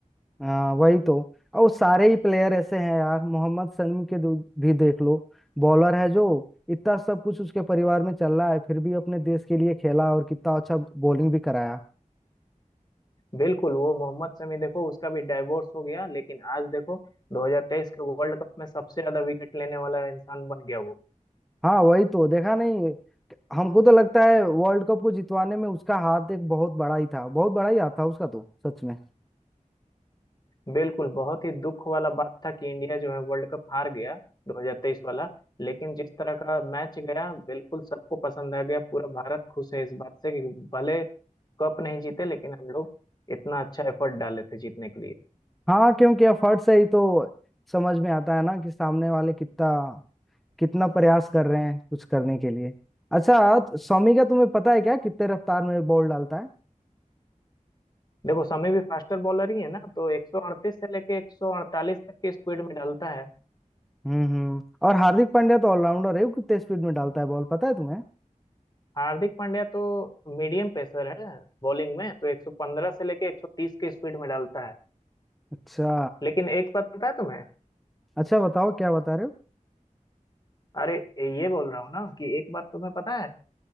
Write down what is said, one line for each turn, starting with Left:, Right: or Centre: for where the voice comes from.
Centre: हाँ वही तो और वो सारे ही प्लेयर ऐसे हैं यार मोहम्मद शमी के दू- भी देख लो बॉलर है जो इतना सब कुछ उसके परिवार में चल रहा है फिर भी अपने देश के लिए खेला और कितना अच्छा बॉलिंग भी कराया
Left: बिल्कुल वो मोहम्मद शमी देखो उसका भी डाइवोर्स हो गया लेकिन आज देखो 2023 के वर्ल्ड कप में सबसे ज्यादा विकेट लेने वाला इंसान बन गया वो
Centre: हाँ वही तो देखा नहीं हमको तो लगता है वर्ल्ड कप को जितवाने में उसका हाथ एक बहुत बड़ा ही था बहुत बड़ा ही हाथ था उसका तो सच में
Left: बिल्कुल बहुत ही दुख वाला बात था कि इंडिया जो है वर्ल्ड कप हार गया 2023 वाला लेकिन जिस तरह का मैच गया बिल्कुल सबको पसंद आ गया पूरा भारत खुश है इस बात से कि भले कप नहीं जीते लेकिन हम लोग इतना अच्छा एफर्ट डाले थे जीतने के लिए
Centre: हाँ क्योंकि एफर्ट से ही तो समझ में आता है ना कि सामने वाले कितना कितना प्रयास कर रहे हैं कुछ करने के लिए अच्छा तो शमी का तुम्हें पता है क्या कितने रफ्तार में बॉल डालता है
Left: देखो समय भी फास्टर बॉलर ही है ना तो 138 से लेके 148 तक की स्पीड में डालता है
Centre: हम्म हम्म और हार्दिक पांड्या तो ऑलराउंडर है वो कितने स्पीड में डालता है बॉल पता है तुम्हें
Left: हार्दिक पांड्या तो मीडियम पेसर है बॉलिंग में तो 115 से लेके 130 की स्पीड में डालता है
Centre: अच्छा
Left: लेकिन एक बात पता है तुम्हें
Centre: अच्छा बताओ क्या बता रहे हो
Left: अरे ये बोल रहा हूँ ना कि एक बात तुम्हें पता है